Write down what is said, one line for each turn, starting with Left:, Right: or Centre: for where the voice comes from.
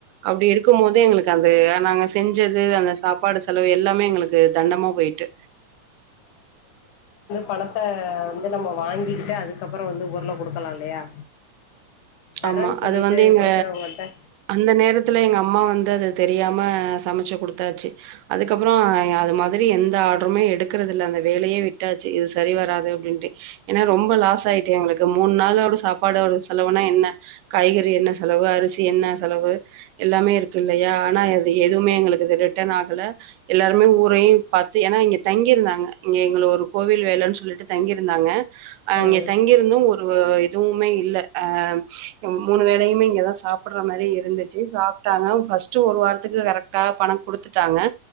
Right: அப்டி இருக்கும் போது எங்களுக்கு அது நாங்க செஞ்சது அந்த சாப்பாடு செலவு எல்லாமே எங்களுக்கு தண்டமா போயிட்டு
Left: பணத்தை வந்து நம்ம வாங்கிக்கிட்டு அதுக்கப்புறோ வந்து பொருள கொடுக்கலா இல்லையா தர்றேன்னு
Right: ஆமா
Left: சொல்லிட்டு
Right: அது வந்து எங்க
Left: குடுக்குறவங்கள்ட்ட
Right: அந்த நேரத்துல எங்க அம்மா வந்து அது தெரி தெரியாம சமைச்சு கொடுத்தாச்சு அதுக்கப்புறோ அது மாதிரி எந்த ஆர்டருமே எடுக்கறத இல்ல அந்த வேலையே விட்டாச்சு இது சரி வராது அப்படின்ட்டு ஏன்னா ரொம்ப லாஸ் ஆயிட்டு எங்களுக்கு மூணு நாளோட சாப்பாடோட செலவுனா என்ன காய்கறி என்ன செலவு அரிசி என்ன செலவு எல்லாமே இருக்கு இல்லையா ஆனா அது எதுவுமே எங்களுக்கு இது ரிட்டர்ன் ஆகல எல்லாருமே ஊரையு பார்த்து ஏன்னா இங்க தங்கிருந்தாங்க இங்க எங்க ஒரு கோவில் வேலைன்னு சொல்லிட்டு தங்கிருந்தாங்க அங்க
Left: ம்
Right: தங்கிருந்து ஒரு ஒ எதுவுமே இல்ல ஆ மூணு வேலையுமே இங்கதா சாப்பிடுற மாதிரி இருந்துச்சு சாப்பிட்டாங்க ஃபஸ்ட்டு ஒரு வாரத்துக்கு கரெக்டா பணோ கொடுத்துட்டாங்க